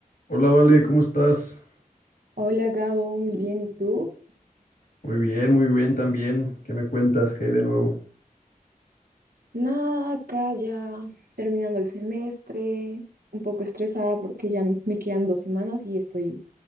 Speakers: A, on the left; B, on the right.
A: Hola, Vale, ¿cómo estás?
B: Hola Gabo, muy bien, ¿y tú?
A: Muy bien, muy bien también. ¿Qué me cuentas? ¿Qué hay de nuevo?
B: Nada, acá ya terminando el semestre, un poco estresada porque ya m- me quedan dos semanas y estoy